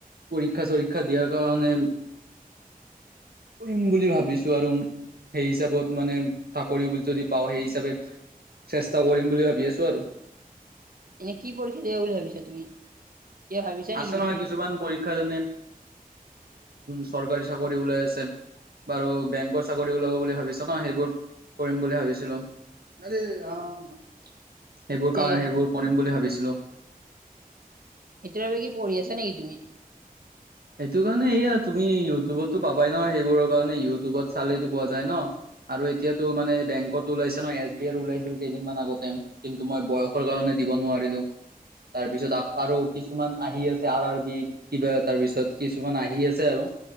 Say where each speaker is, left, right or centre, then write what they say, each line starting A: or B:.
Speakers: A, on the right (about 85°); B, on the right (about 70°).
A: পৰীক্ষা চৰীক্ষা দিয়াৰ কাৰণে। কৰিম বুলি ভাবিছো আৰু। সেই হিচাপত মানে চাকৰি যদি পাওঁ সেই হিচাপে চেষ্টা কৰিম বুলি ভাবি আছো আৰু।
B: এনে কি পৰীক্ষা দিবা বুলি ভাবিছা তুমি। কিবা ভাবিছা নেকি
A: আছে নহয়
B: বিশেষ?
A: কিছুমান পৰীক্ষাজনে। চৰকাৰী চাকৰি ওলাই আছে। বাৰু বেংকৰ চাকৰি ওলাব বুলি ভাবিছ ন সেইবোৰ কৰিম বুলি ভাবিছিলো। সেইবোৰ
B: তে
A: কাৰ সেইবোৰ কৰিম বুলি ভাবিছিলো।
B: সেইটোয়ৰ বাবে কি পঢ়ি আছা নেকি তুমি।
A: সেইটো কাৰণে সয়া তুমি ইউটিউবতটো পাবাই ন সেইবোৰৰ কাৰণে ইউটিউবত চালিটো পোৱা যায় ন। আৰু এতিয়াাতো মানে বেংকত ওলাইছে ন এছ বি আই ওলাইছিল কেইদিন মমান আগতে কিন্তু মই বয়সৰ কাৰণে, দিব নোৱাৰো তাৰপিছত আৰু কিছুমান আহি আছে আৰ বি কিবা। তাৰ পিছত কিছুমান আহি আছে আৰু।